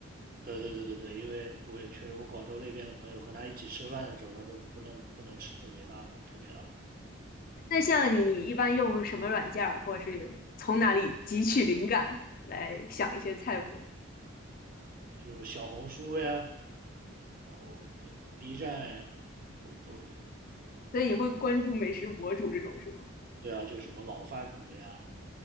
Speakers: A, on the right; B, on the left.
A: 对对对对对，因为我也确实，我广州那边的朋友和他一起吃饭的时候，他都不能不能吃特别辣，特别辣，
B: 那像你一般用什么软件儿，或者是从哪里汲取灵感来想一些菜谱？
A: 就是小红书呀，然后对 B 站呀，都都有。
B: 所以你会关注美食博主这种是吗？
A: 对啊，就什么老饭骨呀，